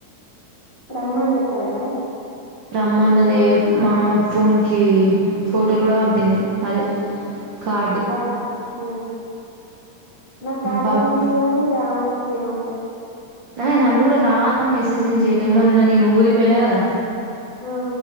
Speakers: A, on the left; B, on the right.
A: రమ్మని చెప్పాలె మరి
B: రమ్మన్నదే మా అమ్మ ఫోన్ కి ఫోటోలు కూడా పంపింది అదే కార్డు
A: కాడ్డ్, ఉ నాకు కాడ్డు
B: పంపి
A: పంపింది కాని రాణి ట్లేం అన్లే
B: నాయ్ నన్ను కూడా రా ని మెసేజ్ లు చేయలెమ్ మొన్న నేను ఊరిగిపోయినా కదా.
A: ఆ